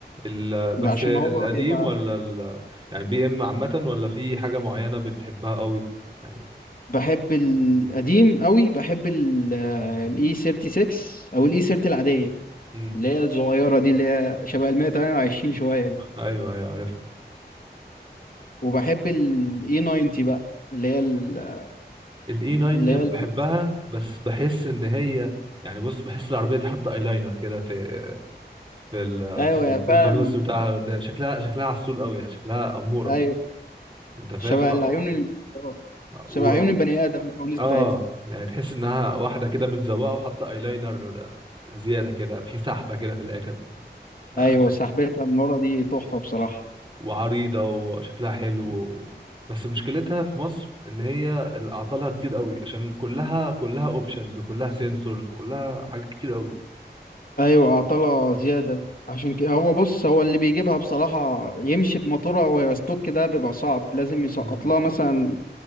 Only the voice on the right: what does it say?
ال... بس
القديم
ولا ال... يعني بي ام عامة ولا في حاجة معينة بتحبها قوي يعني
امم
ايوه ايوه عارف
الاي 90 انا
بحبها بس بحس ان هي يعني بص بحس العربيه دي حاطه ايلاينر كده في في ال-
في ال-
في الفانوس بتاعها ده شكلها شكلها عسول قوي يعني شكلها اموره
انت فاهم
و...
و...
اه
يعني تحس انها واحده كده متزوقه وحاطه ايلاينر زياده كده في سحبه كده في الاخر آه،
شك...
وعريضه وشكلها حلو و... بس مشكلتها في مصر ان هي اعطالها كتير قوي عشان كلها كلها اوبشنز وكلها سنسورز كلها حاجات كتير
قوي